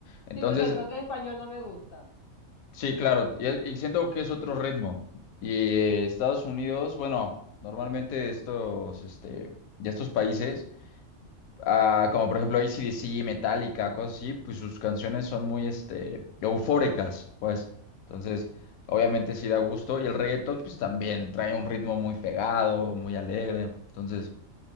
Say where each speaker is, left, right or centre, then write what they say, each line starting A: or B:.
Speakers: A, on the left; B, on the left.
A: Entonces,
B: Sí, porque el rock en español no me gusta.
A: sí, claro, y, y siento que es otro ritmo. Y eh, Estados Unidos, bueno, normalmente estos, este, de estos países, ah, como por ejemplo A C/D C AC/DC, Metallica, cosas así, pues sus canciones son muy, este, eufóricas, pues. Entonces, obviamente sí da gusto. Y el reggaetón, pues también trae un ritmo muy pegado, muy alegre. Entonces...